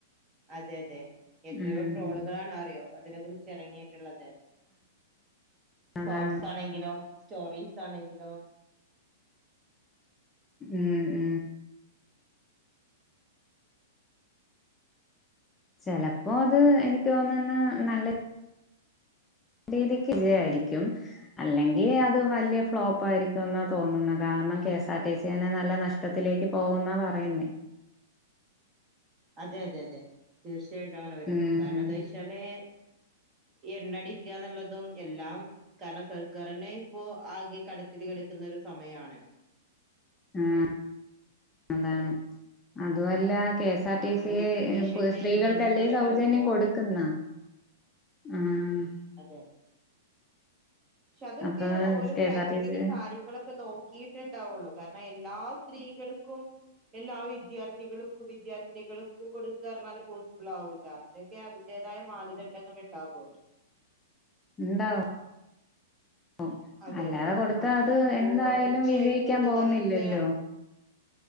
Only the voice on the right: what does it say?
അതെ അതെ എത്രയോ
ട്രോളുകളാണറിയോ അതിനെ കുറിച്ച് എറങ്ങിയിട്ടുള്ളത് ഷോട്സ്
ആണെങ്കിലും സ്റ്റോറീസ് ആണെങ്കിലും
അതെ അതെ അതെ തീർച്ച ആയിട്ടും അങ്ങനെ വെരും
കാരണം എന്താച്ചാല് ഈ എണ്ണടിക്കാന്നുള്ളതും എല്ലാം കാരണം സർക്കാറെന്നെ ഇപ്പൊ ആകെ കടത്തിൽ കിടക്കുന്നൊരു സമയാണ്
അപ്പൊ
അങ്ങനത്തെ
ഒരു
സിറ്റുവേഷനില്
ഇങ്ങനെ കൂടെ
വരുമ്പോ
അതെ പക്ഷെ അതെക്കെ
ഓരോ
category
കാര്യങ്ങളെക്കെ നോക്കി ട്ടേ ഇണ്ടാവുള്ളൂ കാരണം എല്ലാ സ്ത്രീകൾക്കും എല്ലാ വിദ്യാർത്ഥികൾക്കും വിദ്യാർത്ഥിനികൾക്കും കൊടുക്ക പറഞ്ഞാല് പോസിബിള് ആവൂലാ അതിനൊക്കെ അതിന്റേതായ മാനദണ്ഡങ്ങള് ഇണ്ടാകും
അതെ
അതെ
ആ
ഇപ്പോ
റിച്ച്
ആയിട്ട് നിൽക്കുന്നവർക്ക്